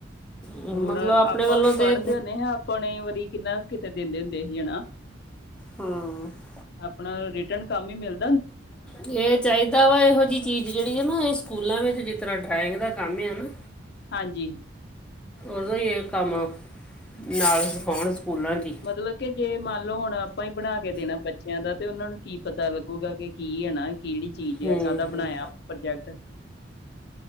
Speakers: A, in the centre; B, on the left (about 55°).
A: ਮਤਲਬ
B: ਹੁਣ
A: ਆਪਣੇ
B: ਆਪਾਂ
A: ਵੱਲੋਂ
B: ਵੀ
A: ਤੇ
B: ਪੜ੍ਹਦੇ ਨੇ ਹਾਂ- ਆਪਣੇ ਵਾਰੀ ਕਿੰਨਾ ਕਿਤੇ ਦਿੰਦੇ ਹੁੰਦੇ ਸੀ ਹਨਣਾ।
A: ਹਾਂ।
B: ਆਪਣਾ ਰਿਟਰਨ ਕੰਮ ਹੀ ਮਿਲ-
A: ਇਹ ਚਾਹੀਦਾ ਵਾ ਇਹੋ ਜਿਹੀ- ਚੀਜ਼ ਜਿਹੜੀ ਆ ਨਾ ਇਹ ਸਕੂਲਾਂ ਵਿੱਚ ਜਿਸ ਤਰ੍ਹਾਂ ਡਰਾਇੰਗ ਦਾ ਕੰਮ ਆ ਨਾ-
B: ਹਾਂਜੀ।
A: ਉਦੋਂ ਹੀ ਇਹ ਕੰਮ, ਨਾਲ ਸਿਖਾਉਣ ਸਕੂਲਾਂ 'ਚ ਹੀ-
B: ਮਤਲਬ ਕਿ ਜੇ ਮੰਨ ਲਓ ਹੁਣ ਆਪਾਂ ਹੀ ਬਣਾ ਕੇ ਦੇਣਾ ਬੱਚਿਆਂ ਦਾ ਤੇ ਉਹਨਾਂ ਨੂੰ ਕੀ ਪਤਾ ਲੱਗੂਗਾ ਕਿ ਕੀ ਹੈ ਨਾ ਕਿਹੜੀ- ਚੀਜ਼
A: ਹੂੰ
B: ਆ ਕਾਹਦਾ
A: ਹੂੰ
B: ਬਣਾਇਆ ਪ੍ਰੋਜੈਕਟ।